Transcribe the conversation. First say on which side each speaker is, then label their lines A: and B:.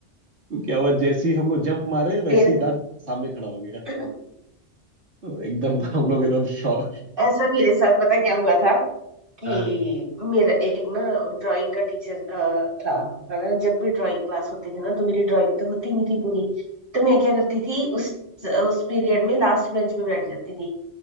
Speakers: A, on the right; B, on the right.
A: तो क्या हुआ जैसे ही हम लोग जंप मारे वैसे
B: फिर
A: ही गार्ड सामने खड़ा हो गया
B: <clears throat>
A: तो एकदम हम लोग एकदम शॉक
B: ऐसा मेरे साथ पता क्या हुआ था कि
A: हाँ <laughs> हाँ
B: मेरा एक ना ड्राइंग का टीचर था है ना जब भी ड्राइंग क्लास होती थी ना तो मेरी ड्राइंग तो होती नहीं थी पूरी तो मैं क्या करती थी उस उस पीरियड में लास्ट बेंच पे बैठ जाती थी